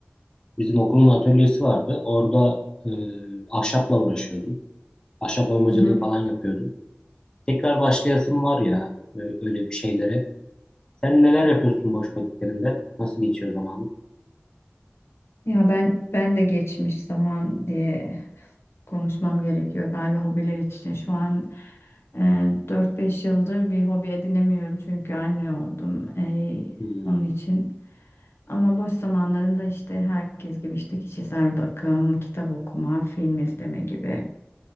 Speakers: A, on the left; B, on the left.
A: bizim okulun atölyesi vardı. Orada e, ahşapla uğraşıyordum. Ahşap oymacılığı
B: Hı hı.
A: falan yapıyordum. Tekrar başlayasım var ya e, öyle bir şeylere. Sen neler yapıyorsun boş vakitlerinde? Nasıl geçiyor zamanın?
B: Ya ben ben de geçmiş zaman diye konuşmam gerekiyor galiba hobiler için. Şu an e, 4-5 yıldır bir hobi edinemiyorum çünkü anne oldum. E,
A: Hmm,
B: onun için. Ama boş zamanlarımda işte herkes gibi işte kişisel bakım, kitap okuma, film izleme gibi.